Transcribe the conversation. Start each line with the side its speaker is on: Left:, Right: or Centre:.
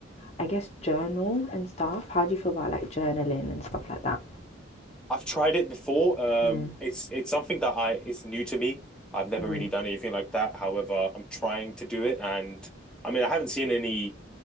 Left: I guess, journal and stuff. How do you feel about like journaling and stuff like that?
Centre: i've tried it before um
Left: Mm,
Centre: it's it's something that i it's new to me i've never
Left: mm,
Centre: really done anything like that however i'm trying to do it and i mean i haven't seen any